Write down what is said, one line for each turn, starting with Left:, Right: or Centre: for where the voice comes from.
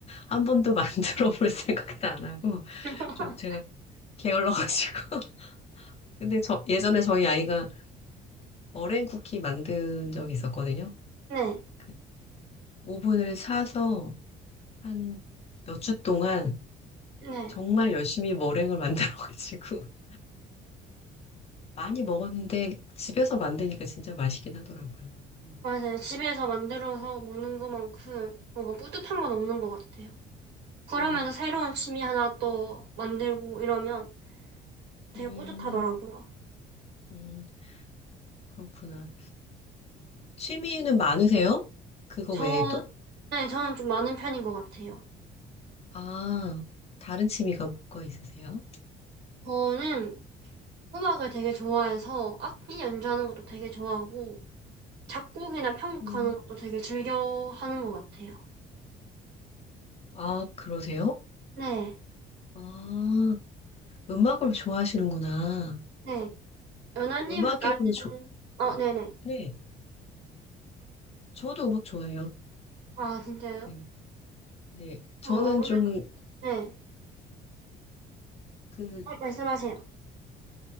Left: 한 번도 만들어 볼 생각도 안 하고
Right: <laughs>
Left: 좀 제가 게을러가지고. <laughs> 근데 저 예전에 저희 아이가 머랭 쿠키 만든 적이 있었거든요.
Right: 네.
Left: 그 오븐을 사서 한 몇 주 동안
Right: 네.
Left: 정말 열심히 머랭을 만들어가지고 <laughs> 많이 먹었는데 집에서 만드니까 진짜 맛있긴 하더라고요. 음,
Right: 맞아요. 집에서 만들어서 먹는 것만큼 뭔가 뿌듯한 건 없는 것 같아요. 그러면서
Left: 음,
Right: 새로운 취미 하나 또 만들고 이러면 되게
Left: 음,
Right: 뿌듯하더라고요.
Left: 음, 그렇구나. 취미는 많으세요? 그거
Right: 저,
Left: 외에도?
Right: 네, 저는 좀 많은 편인 것 같아요.
Left: 아, 다른 취미가 뭐가 있으세요?
Right: 저는 음악을 되게 좋아해서 악기 연주하는 것도 되게 좋아하고 작곡이나 편곡하는
Left: 음.
Right: 것도 되게 즐겨 하는 것 같아요.
Left: 아, 그러세요?
Right: 네,
Left: 아, 음악을 좋아하시는구나.
Right: 네. 연아님은
Left: 음악이
Right: 나는
Left: 그럼 좋,
Right: 어, 네네.
Left: 네. 저도 음악 좋아해요.
Right: 아, 진짜요?
Left: 네. 네. 저는
Right: 어, 아무래도
Left: 좀,
Right: 네.
Left: 그,
Right: 어, 말씀하세요.